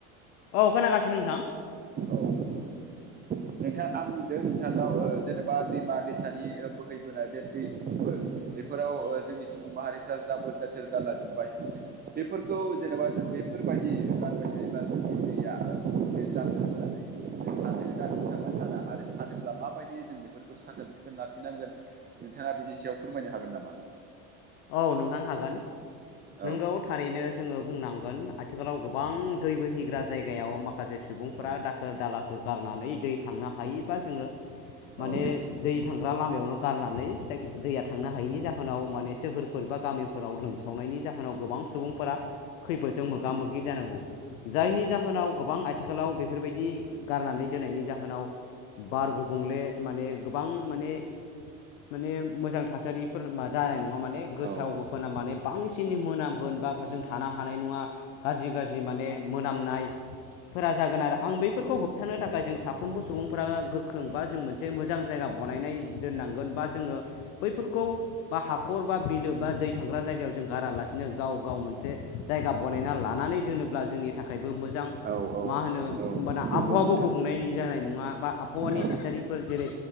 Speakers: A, on the left; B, on the right.
A: औ खोनागासिनो नोंथां <inaudible>
B: औ नोंथां आं होनदों नोंथांनाव जेनेबा दैमा दैसानि बोहैबोनाय बे दैफोर बेफोराव जोंनि सुबुं माहारिफ्रा जाबोर जाथोर गारलाजोबबाय। बेफोरखौ जेनेबा जों बेफोरबायदि गारबाय थायोब्ला जोंनि दैया गुबुंले जागोन होननानै सानो ना नोंथाङा साना आरो सानोब्ला माबायदि जों बेफोरखौ साखोन सिखोन लाखिनांगोन नोंथां नोंथाङा बिनि सायाव फोरमायनो हागोन नामा?
A: औ नोंथां हागोन
B: औ
A: नोंगौ थारैनो जोङो बुंनांगोन आथिखालाव गोबां दै बोहैग्रा जायगायाव माखासे सुबुंफोरा
B: औ
A: दाखोर दालाखौ गारनानै दै थांनो हायो बा जोङो माने
B: औ
A: दै थांग्रा लामायावनो गारनानै जाय दैया थांनो हायिनि जाहोनाव माने सो फोरफोर बा गामिफोराव लोमसावनायनि जाहोनाव गोबां सुबुंफोरा खैफोदजों मोगा मोगि जानांगौ। जायनि जाहोनाव गोबां आथिखालाव बेफोरबायदि गारनानै दोननायनि जाहोनाव बार गुबुंले माने गोबां माने माने मोजां थासारि फोर मा जानाय नङा माने गोसाव
B: औ
A: गोफोना माने बांसिन मोनामगोन बा जों थानो हानाय नङा गाज्रि गाज्रि माने मोनामनाय। फोरा जागोन आरो आं बैफोरखौ होबथानो थाखाय जों साफ्रोमबो सुबुंफोरा गोख्रों बा जों मोनसे मोजां जायगा। बनायनाय दोननांगोन बा जोङो बैफोरखौ बा हाखर बा बिलो बा दै थांग्रा जों गारालासिनो गाव गाव मोनसे जायगा बनायना लानानै दोनोब्ला जोंनि थाखाय मोजां
B: औ औ
A: मा होनो
B: औ
A: होमबाना
B: नंगौ
A: आबहावाबो
B: नोंथां
A: गुबुंनाय जानाय नङा बा आबहावानि
B: औ
A: थासारिफोर जेरै